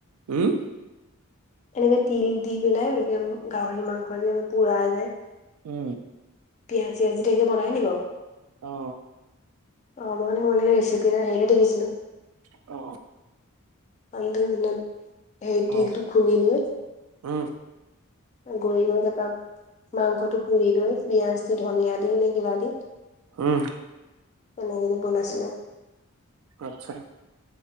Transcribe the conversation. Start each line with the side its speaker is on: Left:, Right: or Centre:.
Right: হুম?
Left: এনেকে তিল দি পেলাই এনেকে গাহৰি মাংস যে পোৰা যে।
Right: উম।
Left: পিয়াঁজ-চিয়াজি দি তেনেকেই বনাই নি বাও?
Right: অ।
Left: অ মই মানে মই মানে ৰেচিপি এটা হেৰি এটা দেখিছিলো।
Right: অ।
Left: <unintelligible> হেৰি তিলটো
Right: অ
Left: খুন্দি লৈ।
Right: উম।
Left: গুৰি কৰি তাৰপা মাংসটো পুৰি লৈ, পিয়াঁজ দি ধনিয়া দি নে কিবা দি
Right: উম।
Left: তেনেকে দি বনাইছিলে।
Right: আচ্ছা।